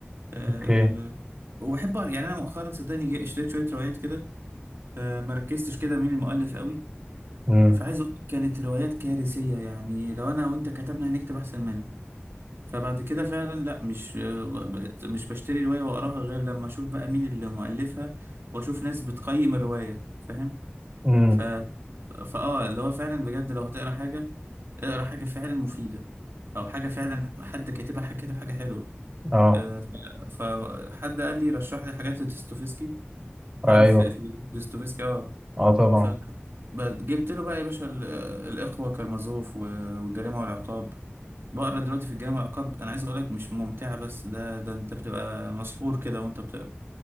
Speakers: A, on the right; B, on the right.
A: أه
B: اوكي
A: وبحب أقرأ يعني أنا مؤخرا صدقني جا- اشتريت شوية روايات كده أه مركزتش كده مين المؤلف قوي
B: امم
A: فعايز اقول لك كانت روايات كارثية يعني لو انا وانت كتبنا هنكتب احسن منها فبعد كده فعلا لا مش بقت مش بشتري رواية واقراها غير لما اشوف بقى مين اللي مؤلفها واشوف ناس بتقيم الرواية فاهم
B: امم
A: ف... فاه اللي هو فعلا بجد لو هتقرا حاجة اقرا حاجة فعلا مفيدة او حاجة فعلا حد كاتبها حد كاتب حاجة حلوة
B: اه
A: آه، ف- فحد قال لي رشح لي حاجات لدوستويفسكي تعرف
B: ايوه
A: في في دوستويفسكي اه
B: اه طبعا
A: فجبت له بقى يا باشا ال- الإخوة كارمازوف و- والجريمة والعقاب بقرا دلوقتي في الجريمة والعقاب أنا عايز أقول لك مش ممتعة بس ده ده أنت بتبقى مسحور كده وأنت بتقرا